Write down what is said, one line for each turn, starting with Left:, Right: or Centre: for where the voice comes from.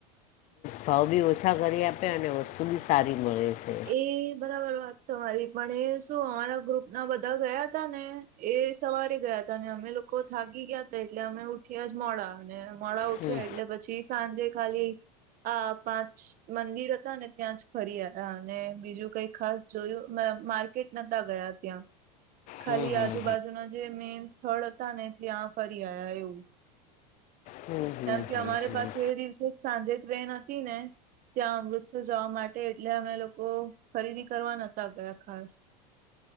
Left: ભાવબી ઓછા કરી આપે, અને વસ્તુબી સારી મળે છે.
Right: એ બરાબર વાત તમારી, પણ એ શું અમારા ગ્રુપના બધા ગયા હતા ને. એ સવારે ગયા હતા, અને અમે લોકો થાગી ગયા હતા, એટલે અમે ઉઠ્યા જ મોડા અને મોડા ઉઠ્યા,
Left: હમ,
Right: એટલે પછી સાંજે ખાલી આ પાંચ મંદિર હતા ને, ત્યાં જ ફરી. અને બીજું કઈ ખાસ જોયું, માર્કેટ નતા ગયા ત્યાં. ખાલી
Left: હમ, હમ,
Right: આજુબાજુના જે મેન સ્થળ હતા ને, ત્યાં ફરી આવ્યા એવું.
Left: હમ, હમ,
Right: કેમ કે
Left: હમ,
Right: અમારે
Left: હમ.
Right: પાછું એ દિવસે જ સાંજે ટ્રેન હતી ને. ત્યાં અમૃતસર જવા માટે, એટલે અમે લોકો ખરીદી કરવા નતા ગયા ખાસ.